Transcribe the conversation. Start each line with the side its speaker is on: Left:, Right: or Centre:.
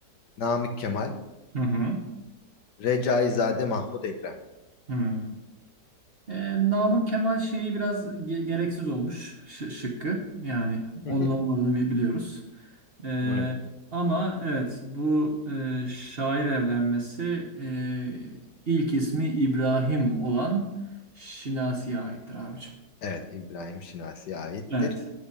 Left: Namık Kemal,
Right: Hı hı.
Left: Recaizade Mahmut Ekrem.
Right: Hı. Ee, Namık Kemal şeyi biraz ge- gereksiz olmuş şı- şıkkı. Yani onun
Left: <laughs>
Right: olmadığını bi- biliyoruz. Ee,
Left: Evet.
Right: ama evet bu e, şair evlenmesi e, ilk ismi İbrahim olan Şinasi'ye aittir abicim.
Left: Evet, İbrahim Şinasi'ye aittir.
Right: Evet.